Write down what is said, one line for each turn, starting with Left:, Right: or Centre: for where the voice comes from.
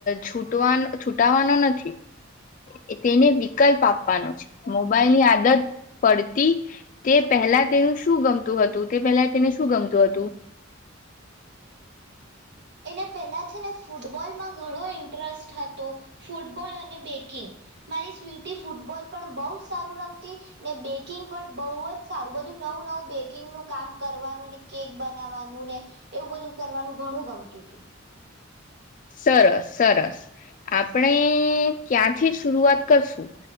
Left: છૂટવા છૂટાવાનો નથી તેને વિકલ્પ આપવાનો છે મોબાઈલની આદત પડતી તે પહેલા તેનું શું ગમતું હતું તે પેલા તેને શું ગમતું હતું
Right: એને પેલાથી ને ફૂટબોલમાં ઘણો ઇન્ટરેસ્ટ હતો ફૂટબોલ અને બેકિંગ મારી સ્વીટી ફૂટબોલ પણ બઉ સારું રમતીને બેકિંગ પણ બહુ જ સારું બધું નવું નવું બેકિંગનું કામ કરવાનું કેક બનાવાનું ને એવું બધું કરવાનું ઘણું ગમતું હતું
Left: સરસ સરસ આપણે ક્યાંથી જ શરૂઆત કરશું